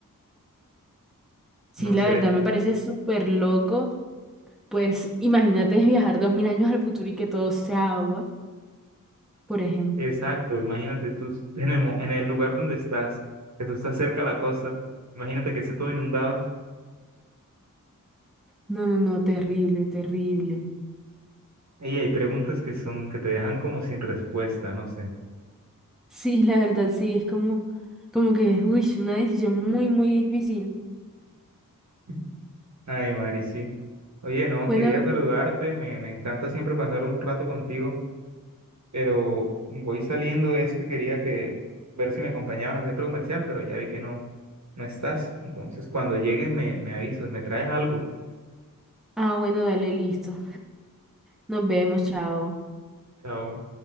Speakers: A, in the centre; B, on the right.
A: Sí,
B: No
A: la
B: sé.
A: verdad me parece súper loco. Pues imagínate viajar dos mil años al futuro y que todo sea agua, por ejemplo.
B: Exacto, imagínate tú en el, mo- en el lugar donde estás, que tú estás cerca a la costa, imagínate que esté todo inundado.
A: No, no, no, terrible, terrible. <laughs>
B: Ey, hay preguntas que son, que te dejan como sin respuesta, no sé.
A: Sí, la verdad sí, es como, como que, uy, una decisión muy, muy difícil.
B: <laughs> Ay, Mari, sí. Oye, no,
A: Bueno,
B: quería saludarte, me, me encanta siempre pasar un rato contigo, pero voy saliendo, es que quería que ver si me acompañabas al centro comercial, pero ya vi que no, no estás. Entonces, cuando llegues me, me avisas, me traes algo.
A: ah, bueno, dale, listo. Nos vemos, chao.
B: Chao.